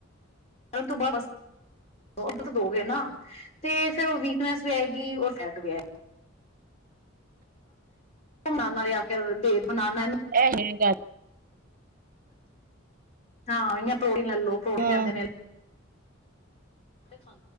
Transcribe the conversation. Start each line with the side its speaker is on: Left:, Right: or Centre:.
Left: ਕਰਨ ਤੋਂ ਬਾਅਦ ਬਸ ਦੋਗੇ ਨਾ ਤੇ ਫਿਰ ਉਹ ਵੀਕਨੈਸ ਵੀ ਆਏਗੀ ਉਹ ਫੈਟ ਵੀ ਆਏਗੀ ਘੁੰਮਣ ਨਾਲ ਆ ਕੇ ਦੇ ਬਣਾਨਾ
Right: ਇਹ ਹੇ ਗੱਲ
Left: ਹਾਂ ਪ੍ਰੋਟੀਨ ੋ ਪ੍ਰੇਟੀਨ
Right: ਹਮ
Left: ਕਹਿੰਦੇ ਨੇ ਾਂ